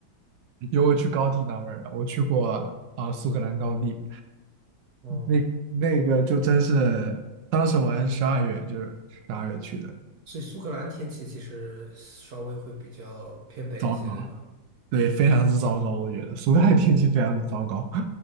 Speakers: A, on the right; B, on the right.
A: 有我去高地那边儿的，我去过啊、呃苏格兰高地，
B: 哦，
A: 那那个就真是，当时我还是十二月，就是十二月去的。
B: 所以苏格兰天气其实稍微会比较偏北一些，
A: 早。
B: 对吧？
A: 对，非常之糟糕，我觉得苏格兰天气非常之糟糕。